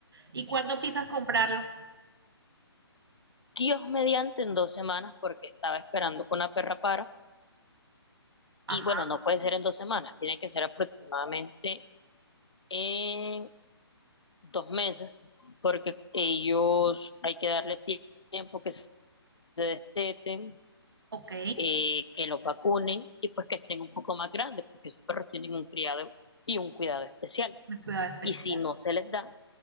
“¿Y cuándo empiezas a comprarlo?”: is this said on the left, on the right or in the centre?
Right